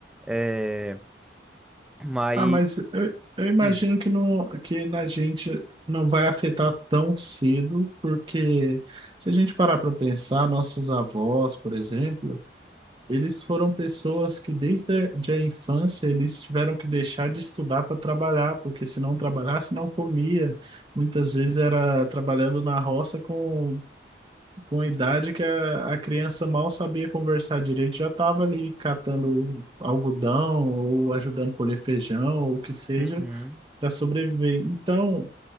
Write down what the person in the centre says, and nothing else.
É, mas.
hum,
uhum,